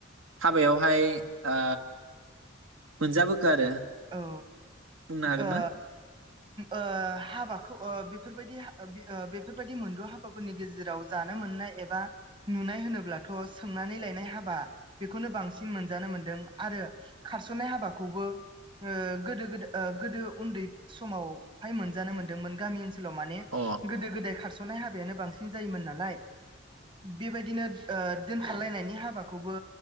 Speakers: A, on the right; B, on the right.
A: हाबायावहाय ओ मोनजाबोखो आरो
B: औ औ
A: बुंनो हागोन
B: ओ
A: ना?
B: ओ हाबाखौ ओ बेफोरबायदि ओ बेफोरबायदि मोनद' हाबाफोरनि गेजेराव जानो मोननाय एबा नुनाय होनोब्लाथ' सोंनानै लायनाय हाबा बेखौनो बांसिन मोनजानो मोन्दों आरो खारस'नाय हाबाखौबो ओ गोदो गोदो ओ गोदो उन्दै समावहाय मोनजानो मोनदोंमोन गामि ओनसोलाव माने
A: अ
B: गोदो गोदाय खारस'नाय हाबायानो बांसिन जायोमोन नालाय बेबायदिनो ओ दोनखारलायनायनि हाबाखौबो